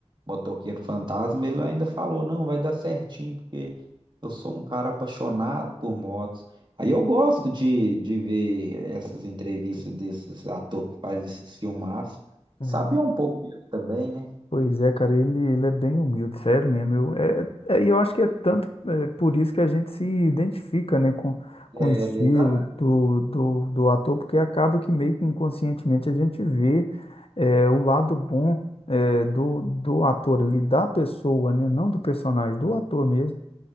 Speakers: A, on the right; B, on the left.
A: motoqueiro fantasma, ele ainda falou, não, vai dar certinho, porque eu sou um cara apaixonado por motos. Aí eu gosto de, de ver essas entrevistas desses atores que faz esses filmaços.
B: É.
A: Sabia um pouco dele também, né?
B: Pois é, cara, ele, ele é bem humilde, sério mesmo. Eu, é, é- e eu acho que é tanto é, por isso que a gente se identifica, né, com, com
A: É
B: o estilo
A: verdade.
B: do, do, do ator, porque acaba que meio que inconscientemente a gente vê é, o lado bom é, do, do ator ali, da pessoa, né, não do personagem, do ator mesmo,